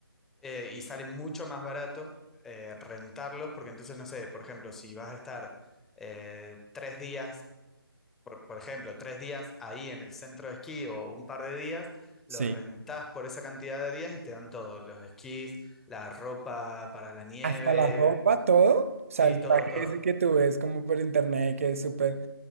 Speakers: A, in the centre; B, on the right.
A: eh, y sale mucho más barato eh, rentarlos, porque entonces, no sé, por ejemplo, si vas a estar eh, tres días, por, por ejemplo, tres días ahí en el centro de esquí o un par de días,
B: Sí.
A: lo rentás por esa cantidad de días y te dan todo, los esquís, la ropa para la nieve,
B: Hasta la ropa, todo. O sea,
A: sí,
B: el
A: todo,
B: traje
A: todo.
B: ese que tú ves como por internet que es súper